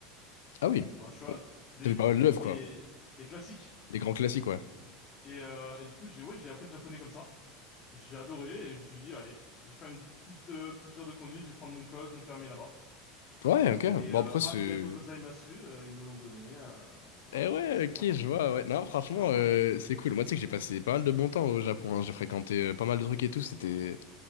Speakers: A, on the left (about 85°); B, on the left (about 40°).
A: ah oui
B: bah, tu vois
A: Bon.
B: les
A: t'as vu pas mal d'œuvres
B: les
A: quoi
B: les classiques.
A: les grands classiques ouais
B: Et, euh, et du coup j'ai ouais j'ai appris le japonais comme ça. J'ai adoré et je me suis dit allez je vais faire une petite euh, petite heure de conduite, je vais prendre mon code, mon permis là-bas.
A: ouais ok
B: Et
A: bon
B: euh,
A: après c'est
B: arigato gozaimasu, euh, ils me l'ont donné. euh, voilà,
A: Eh ouais,
B: c'est
A: ok,
B: sympa,
A: je vois, ouais. Non, franchement,
B: c'est vraiment sympa.
A: euh, c'est cool. Moi, tu sais que j'ai passé pas mal de bon temps au Japon, hein. J'ai fréquenté euh, pas mal de trucs et tout, c'était